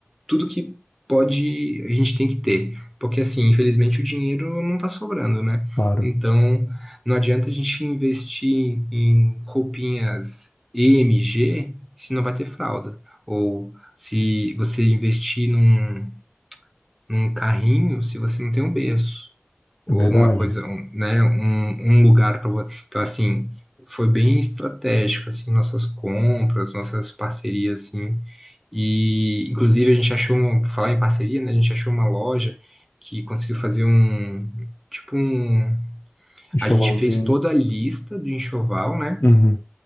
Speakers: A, in the centre; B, on the left.
A: tudo que pode, a gente tem que ter. Porque, assim, infelizmente o dinheiro não tá sobrando, né?
B: claro.
A: Então, não adianta a gente investir em roupinhas EMG se não vai ter fralda. Ou se você investir num, num carrinho se você não tem um berço ou
B: É verdade.
A: uma coisa, um, né, um, um lugar para você. então assim foi bem estratégico assim nossas compras, nossas parcerias assim e inclusive a gente achou uma, por falar em parceria, né, a gente achou uma loja que conseguiu fazer um tipo um
B: Enxovalzinho.
A: a gente fez toda a lista do enxoval, né,
B: uhum,